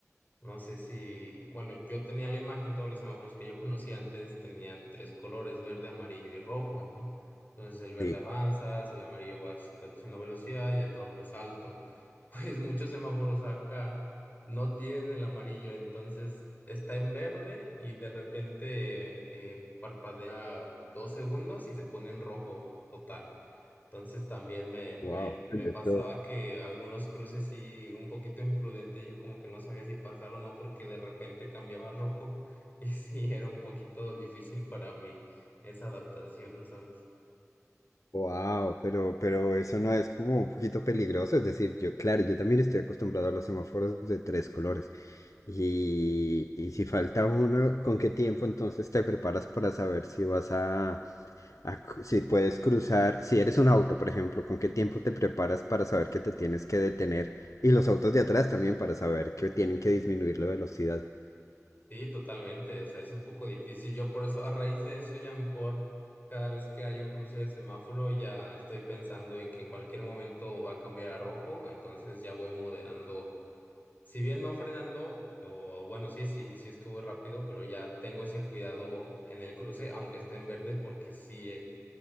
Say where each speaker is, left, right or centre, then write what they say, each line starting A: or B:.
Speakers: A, on the left (about 35°); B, on the left (about 75°).
A: No sé si, bueno, yo tenía la imagen, todos los semáforos que yo <laughs> conocía antes tenían tres colores, verde, amarillo y rojo, ¿no? Entonces el verde
B: Sí.
A: avanzas, el amarillo vas reduciendo velocidad y el rojo es alto. <laughs> Pues muchos semáforos acá no tienen el amarillo, entonces está en verde y de repente eh, parpadea dos segundos y se pone en rojo total. Entonces también me, me,
B: Wow.
A: me pasaba
B: Eso-
A: que algunos cruces sí, un poquito imprudente, yo como que no sabía si pasar o no porque de repente cambiaba a rojo <laughs> y sí, era un poquito difícil para mí esa adaptación, ¿sabes?
B: Wow, pero, pero eso no es como un poquito peligroso. Es decir, yo, claro, yo también estoy acostumbrado a los semáforos de tres colores. Y, y si falta uno, ¿con qué tiempo entonces te preparas para saber si vas a, a cru- si puedes cruzar? Si eres un auto, por ejemplo, ¿con qué tiempo te preparas para saber que te tienes que detener? Y los autos de atrás también para saber que tienen que disminuir la velocidad.
A: Sí, totalmente, o sea, es un poco difícil. Yo por eso, a raíz de eso ya mejor, cada vez que hay un cruce de semáforo ya estoy pensando en que en cualquier momento va a cambiar a rojo, entonces ya voy moderando Si bien no frenando, o bueno, sí, sí, sí es que voy rápido, pero ya tengo ese cuidado en el cruce, aunque esté en verde, porque si, eh,